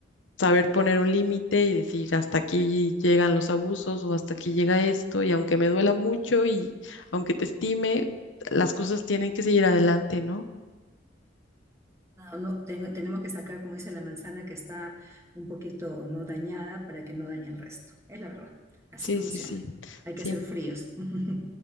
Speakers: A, on the left; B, on the right.
A: saber poner un límite y decir hasta aquí llegan los abusos o hasta aquí llega esto y aunque me duela mucho y aunque te estime, las cosas tienen que seguir adelante, ¿no?
B: No, ten- tenemos que sacar, como dice la manzana, que está un poquito no dañada para que no dañe el resto. Es la verdad. Así
A: Sí,
B: funciona.
A: sí, sí,
B: Hay que
A: sí,
B: ser fríos. <laughs>